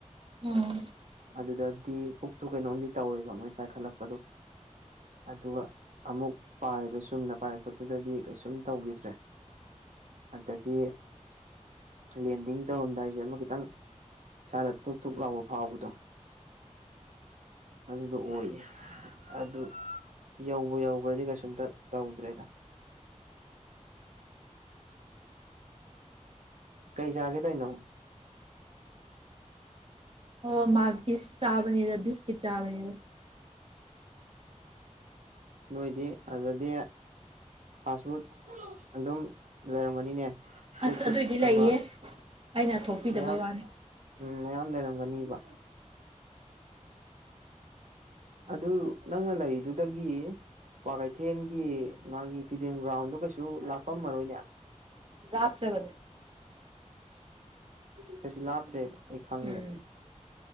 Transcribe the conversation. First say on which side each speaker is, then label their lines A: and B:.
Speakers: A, on the right; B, on the right.
A: ꯎꯝ
B: ꯑꯗꯨꯗꯗꯤ ꯄꯨꯛꯇꯣ ꯀꯩꯅꯣꯝꯗꯤ ꯇꯧꯋꯦꯕ ꯃꯣꯢ ꯄꯥꯢꯈꯠꯂꯛꯄꯗꯣ ꯑꯗꯨꯒ ꯑꯃꯨꯛ ꯄꯥꯏꯕꯩ ꯆꯨꯝꯅ ꯄꯥꯢꯔꯛꯄꯗꯨꯗꯗꯤ ꯀꯩꯁꯨꯝ ꯇꯧꯒꯤꯗ꯭ꯔꯦ ꯑꯗꯒꯤ ꯂꯦꯟꯗꯤꯡ ꯇꯧꯔꯝꯗꯥꯖꯣ ꯑꯃ ꯈꯤꯇꯪ ꯏꯁꯥꯗ ꯇꯨꯛ ꯇꯨꯛ ꯂꯥꯎꯕ ꯐꯥꯎꯕꯗꯣ ꯑꯗꯨꯗꯣ ꯑꯣꯢꯌꯦ ꯑꯗꯨ ꯌꯧꯕꯨ ꯌꯧꯒ꯭ꯔꯗꯤ ꯀꯩꯁꯨꯝꯇ ꯇꯧꯗ꯭ꯔꯦꯗ ꯀꯩ ꯆꯥꯒꯦ ꯇꯧꯅꯣ
A: ꯑꯣ ꯃꯥꯜꯀꯤꯁ ꯆꯥꯕꯅꯤꯗ ꯕꯤꯁꯀꯤꯠ ꯆꯥꯕꯅꯤꯗ
B: ꯅꯣꯢꯗꯤ ꯑꯗꯗꯤ ꯐꯥꯁꯠ ꯐꯨꯗ ꯑꯗꯨꯝ ꯂꯩꯔꯝꯒꯅꯤꯅꯦ ꯏꯁꯇ꯭ꯔꯤꯠ
A: ꯑꯁ
B: ꯐꯨꯗꯀꯨꯝꯕ
A: ꯑꯗꯨꯢꯗꯤ ꯂꯩꯌꯦ ꯑꯩꯅ ꯊꯣꯛꯄꯤꯗꯕꯩ
B: ꯃꯌꯥꯝ
A: ꯋꯥꯅꯦ
B: ꯎꯝ ꯃꯌꯥꯝ ꯂꯩꯔꯝꯒꯅꯤꯕ ꯑꯗꯨ ꯅꯪꯅ ꯂꯩꯔꯤꯗꯨꯗꯒꯤ ꯀ꯭ꯋꯥꯀꯩꯊꯦꯟꯒꯤ ꯃꯥꯒꯤ ꯇꯤꯗꯤꯝ ꯒ꯭ꯔꯥꯎꯟꯗꯣ ꯀꯩꯁꯨ ꯂꯥꯛꯄꯝꯃꯔꯣꯢꯅꯦ
A: ꯂꯥꯞꯇ꯭ꯔꯥꯕꯅꯦ
B: ꯀꯩꯁꯨ ꯂꯥꯇ꯭ꯔꯦꯕ ꯑꯩ ꯈꯪꯉꯦ
A: ꯎꯝ